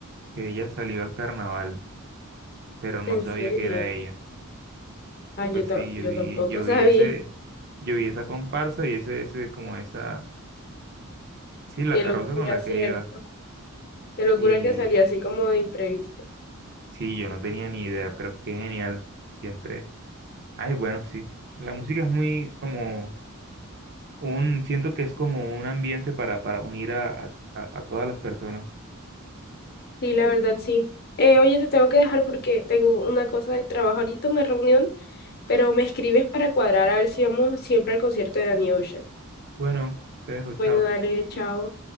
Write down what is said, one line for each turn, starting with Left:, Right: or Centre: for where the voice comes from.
Right: que ella salió al carnaval, pero no
Left: En
Right: sabía
Left: serio.
Right: que era ella.
Left: Ah, yo,
Right: Pues
Left: ta-
Right: sí, yo
Left: yo
Right: vi,
Left: tampoco
Right: yo
Left: sabía.
Right: vi ese, yo vi esa comparsa y ese, ese, como esa, sí, la
Left: Qué
Right: carroza
Left: locura,
Right: con la que
Left: ¿cierto?
Right: iba.
Left: Qué locura
Right: Y
Left: que salió así como de imprevisto.
Right: sí, yo no tenía ni idea, pero qué genial. Siempre. Ay, bueno, sí. La música es muy como un, siento que es como un ambiente para, para unir a, a, a a todas las personas.
Left: Sí, la verdad, sí. Eh, oye, te tengo que dejar porque tengo una cosa del trabajo ahorita, una reunión, pero me escribes para cuadrar a ver si vamos siempre al concierto de Danny Ocean.
Right: Bueno, te dejo, chao.
Left: Bueno, dale, chao.